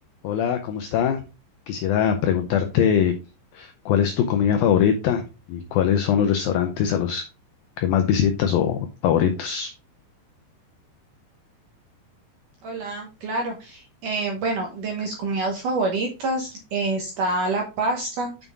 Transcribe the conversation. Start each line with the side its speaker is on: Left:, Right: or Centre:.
Left: Hola, ¿cómo está? Quisiera preguntarte cuál es tu comida favorita y cuáles son los restaurantes a los que más visitas o favoritos.
Right: Hola, claro. Eh, bueno, de mis comidas favoritas eh, está la pasta.